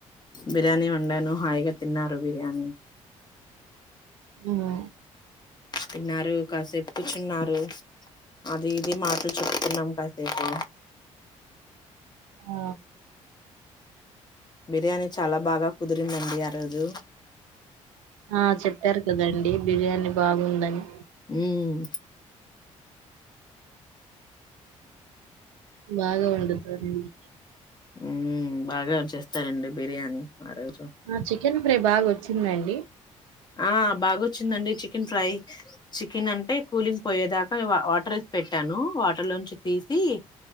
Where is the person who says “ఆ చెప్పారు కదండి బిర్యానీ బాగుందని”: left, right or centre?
Right